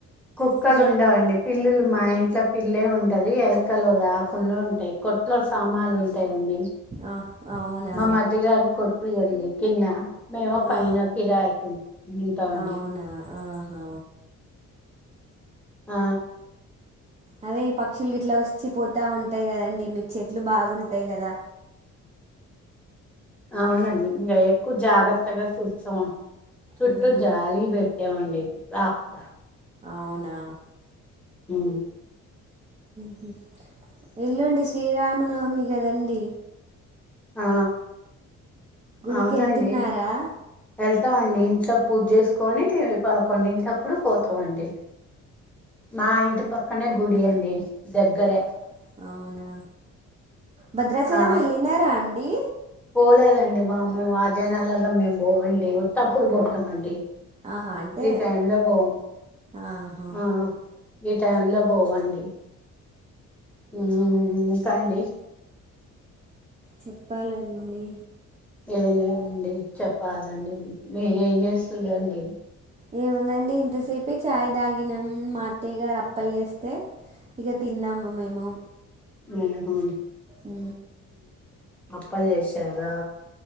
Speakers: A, in the centre; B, on the right (about 20°).
A: కుక్కలు
B: జ
A: ఉండవుండి పిల్లులు మా ఇ ఇట్ల పిల్లే ఉంటది ఎలకలు రాకుండా ఉంటాయి కొట్లో సామాన్లు ఉంటాయండి
B: ఆ అవునా
A: మ మదిగారు కొట్టు ఉంది కింద మేము పైన
B: ఆ
A: కిరాయికు ఉంటాం అండి
B: అవునా ఆహా
A: ఆ
B: అదే పక్షుల గ ఇట్లా వచ్చి పోతా ఉంటాయి కదండి మీకు చెట్లు బాగుంటాయి కదా
A: అవునండి ఇంకా ఎక్కువ జాగ్రత్తగా చూస్తాంట చుట్టూ
B: ఉమ్
A: జాలీ పెట్ ఎవండి రాకుండా
B: అవునా
A: హు
B: హు ఎల్లుండి శ్రీరామనవమి కదండి
A: ఆ
B: గుడికి
A: అవునండి
B: వెళ్తున్నారా
A: వెళ్తామండి ఇంట్లో పూజ చేసుకొని పదకొండు ఇంటి అప్పుడు పోతామండి మా ఇంటి పక్కనే గుడి అండి దగ్గరే
B: అ అవునా భద్రాచలం
A: ఆ
B: వెళ్ళినారా అండి
A: పోలేదండి బాబు ఆ జనాలల్ల మేము పోవండి ఉతప్పుడు పోతామండి
B: ఆహా అంటే
A: ఈ టైమ్ లో పోము
B: ఆహా
A: ఆ ఈ టైం లో పోవండి హు ఇంకా అండీ
B: చెప్పాలండి
A: ఏం లేదండి చెప్పాలండి మీర ఏం చేస్తురు అండి
B: ఏముందండి ఇంతసేపు చాయ్ తాగినం మా అతయ్య గారు అప్పల్ చేస్తే ఇగ తిన్నాము మేము
A: ఉహు
B: ఉ
A: అప్పల్ చేశారా